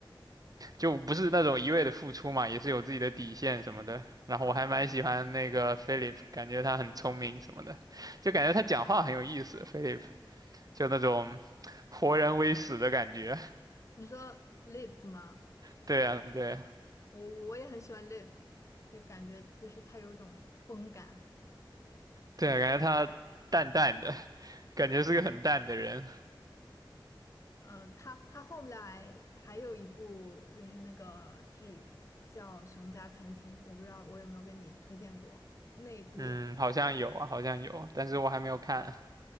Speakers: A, on the right; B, on the left.
A: 就不是那种一味的付出嘛，也是有自己的底线什么的。然后我还蛮喜欢那个 Philip，感觉他很聪明什么的，就感觉他讲话很有意思，Philip 就那种活人微死的感觉。
B: 你说 Lip 吗？
A: <laughs> 对啊，对啊，
B: 我我也很喜欢 Lip，就感觉就是他有一种风感。
A: 对啊，感觉他淡淡的，感觉是个很淡的人。
B: 嗯、呃他他后来还有一部就是那个剧叫《熊家餐厅》，我不知道我有没有跟你推荐过，那一部也
A: 嗯，好像有啊，好像有，但是我还没有看。